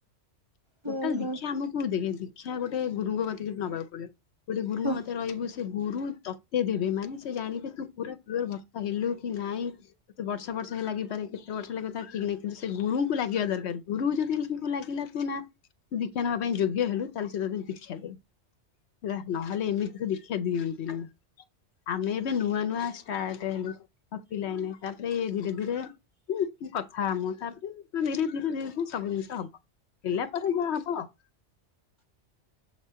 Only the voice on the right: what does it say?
ହୁଁ
ହୁଁ
ହଁ